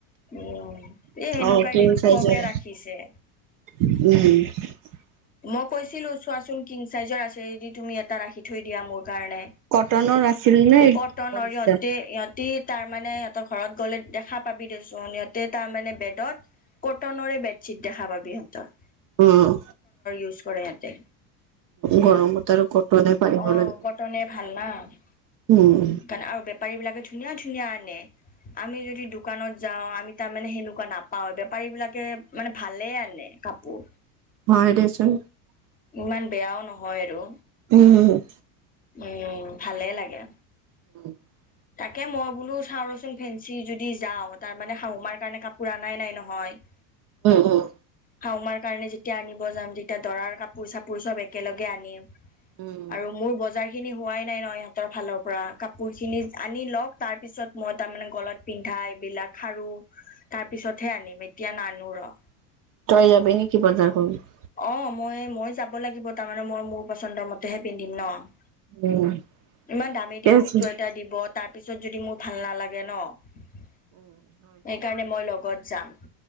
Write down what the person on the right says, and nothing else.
অ কিং
চাইজৰ
<unintelligible>
কটনৰ আছিল নে
পলিষ্টাৰ
উম।
গৰমত আৰু কটনে পাৰিব
লাগে।
উম
হয় দেছোন।
উম।
<inaudible>
উম, উম।
উম
তই যাবি নেকি বজাৰ কৰিবলে?
উম
ঠিকে
আছে